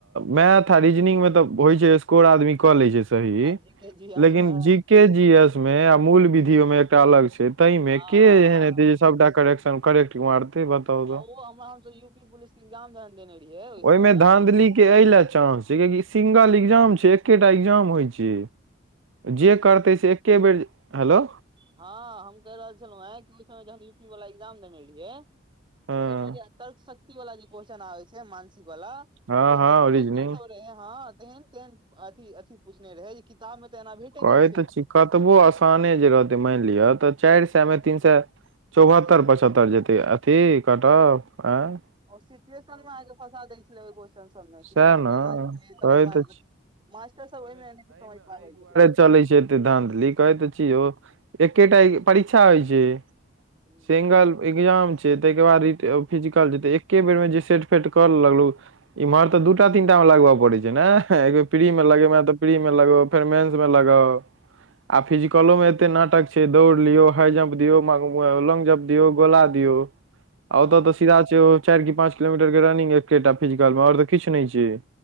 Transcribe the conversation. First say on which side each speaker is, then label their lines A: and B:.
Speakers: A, on the right; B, on the right.
A: मैथ आ रीजनिंग मे तऽ होइ छै स्कोर आदमी कऽ ले छै। सही।
B: आ जी के जी एस
A: लेकिन
B: मे हँ
A: जी के एस मे आ मूल विधि ओ मे एकटा अलग छै, तै
B: हँ
A: मे
B: हँ
A: के एन हेतै सबटा करेक्शन करेक्ट मारतै ब बताउ
B: आ
A: तऽ
B: ओ हमरा हमसब यू पी पुलिस के एग्जाम जहन देने रहियै ओहि समय
A: ओहिमे
B: मे
A: धाँधली के एहिले चानंस सिंगल एग्जाम छै, एकेटा एग्जाम होय छै, जे करते से के बेर हेलो
B: हँ हम कहि रहल छलहुँ हेँ, कि ओहि समय जहन यू पी वाला एग्जाम देने रहियै,
A: हँ
B: तऽ ओहिमे जे तल शक्ति वाला जे क्वेश्चन आबै छै, मानसिक वाला
A: हँ
B: केहन
A: हँ ओरिजनिंग
B: क्वेश्चन रहे हँ तेहन- तेहेन अथि पूछने रहै किताब में तऽ एना भेटे
A: कहै
B: नहि छै।
A: तऽ छी कतबो आसाने जे रहतै मानि लिअ, तऽ चारि सए मे तीन सए चौहत्तर पचहत्तर जते अथी कट-अफ आंय
B: ओर सिचुएशन मे अहाँके के फंसा दै छलै, ओहि क्वेशस्चन सबमे
A: सएह
B: अहाँके
A: ने
B: एना छै, तकर
A: कहै
B: बाद
A: तऽ छी
B: मास्टर स ओहि समझ पैैबै छैलै
A: चले छै एते धानदलि कहे तऽ छी यौ एकेटा परीक्षा होइ छै।
B: हूँ
A: सिंगल एग्जाम छै। तैएके बाद फिजिकल जेते, एके बेर मे जे सेट- फेट कऽ लगलो इम्हर तऽ दूटा तीन टा मे लगबय पड़े छै ने, एकबेर प्री में लगेमे तऽ प्री मे लगाउ, फेर मेन्स में लगाउ। आ फिजिकलो में एते नाटक छै, दौड़ लियो हाई जंप दियो मंग लौंग जम्प दियऔ, गोला दियऔ,
B: हँ
A: आ ओतऽ तऽ सीधा छै। चारि कि पाँच किलोमीटर के रनिंग एकेटा फिजिकल में ओर तऽ किु नहि छै।